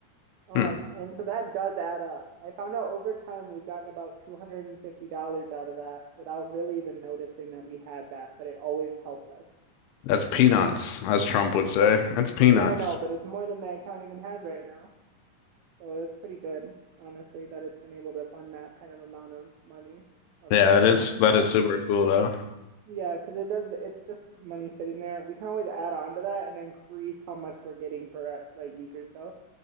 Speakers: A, on the right; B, on the left.
A: Um,
B: Hmm.
A: and so that does add up. I found out over time we've gotten about $250 out of that without really even noticing that we had that, but it always helped us,
B: That's peanuts,
A: right?
B: as Trump would say.
A: Yeah,
B: That's peanuts.
A: Yeah, I know, but it's more than the account even has right now. So that's pretty good, honestly, that it's been able to fund that kind of amount of money of
B: Yeah,
A: trades
B: that is
A: in the past.
B: that is super cool though.
A: Yeah, because it does. It's just money sitting there. We can always add on to that and increase how much we're getting per like week or so.